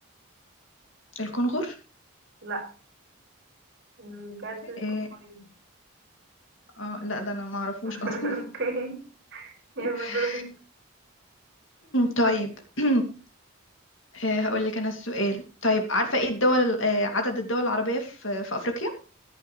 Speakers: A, on the left; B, on the right.
A: الكنغر
B: لا الجرز الكنغري
A: إيه؟ اه لا ده انا ما اعرفوش
B: <laughs>
A: اصلا
B: اوكي يلا
A: <laughs>
B: دوري
A: طيب <clears throat> آه، هقول لك انا السؤال طيب عارفة ايه الدول ال- آه، عدد الدول العربية في في افريقيا